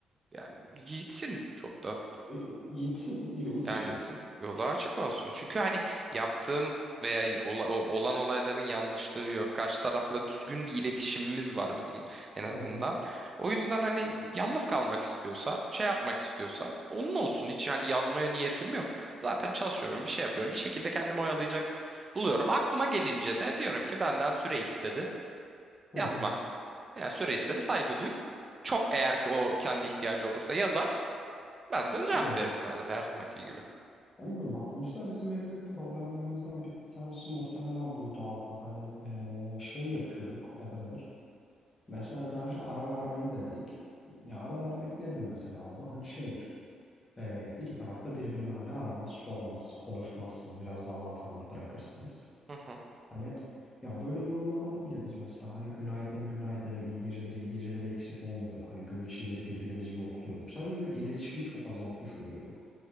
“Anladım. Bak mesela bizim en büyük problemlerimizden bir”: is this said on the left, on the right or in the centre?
Left